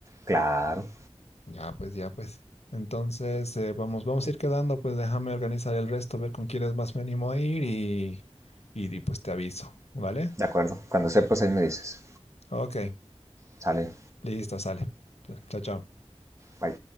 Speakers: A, on the right; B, on the left.
A: Claro,
B: Ya, pues, ya, pues. Entonces, eh, vamos, vamos a ir quedando, pues déjame organizar el resto, ver con quiénes más me animo a ir y, y, y pues te aviso, ¿vale?
A: de acuerdo. Cuando sepas, ahí me dices.
B: Ok,
A: Sale,
B: listo, sale. Chao, chao.
A: bye.